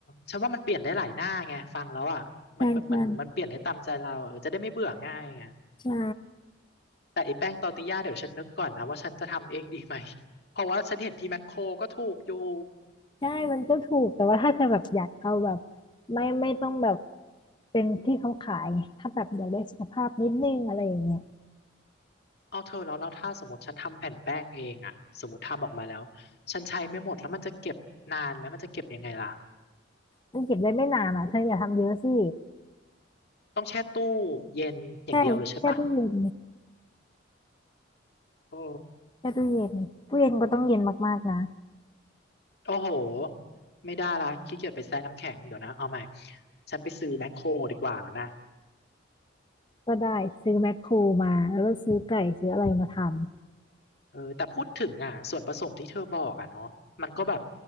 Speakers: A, on the left (about 55°); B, on the left (about 25°).
A: ฉันว่ามันเปลี่ยนได้หลายหน้าไงฟังแล้วอ่ะมันมันมันเปลี่ยนได้ตามใจเราเออจะได้ไม่เบื่อง่ายไง
B: ใช่ใช่ใช่
A: แต่ไอ้แป้งตอร์ติญญาเดี๋ยวฉันนึกก่อนนะว่าฉันจะทำเองดีไหม <laughs> เพราะว่าฉันเห็นที่แมคโครก็ถูกอยู่
B: ใช่มันก็ถูกแต่ว่าถ้าเธอแบบอยากเอาแบบไม่ไม่ต้องแบบเป็นที่เขาขายไงถ้าแบบอยากได้สุขภาพนิดนึงอะไรอย่างเงี้ย
A: เอาเธอแล้วแล้วถ้าสมมติฉันทำแผ่นแป้งเองอะสมมติทำออกมาแล้วฉันใช้ไม่หมดแล้วมันจะเก็บนานไหมมันจะเก็บยังไงล่ะ
B: มันเก็บได้ไม่นานอ่ะเธออย่าทำเยอะสิ
A: ต้องแช่ตู้เย็นอย่างเดียวเลยใช่ปะ
B: ใช่แค่ตู้เย็น
A: โอ้
B: แค่ตู้เย็นตู้เย็นก็ต้องเย็นมากๆนะ
A: โอ้โหไม่ได้ละขี้เกียจไปแช่น้ำแข็งเดี๋ยวนะเอาใหม่ฉันไปซื้อแมคโครดีกว่านะ
B: ก็ได้ซื้อแมคโครมาแล้วก็ซื้อไก่ซื้ออะไรมาทำ
A: เออแต่พูดถึงอ่ะส่วนผสมที่เธอบอกอ่ะเนาะมันก็แบบ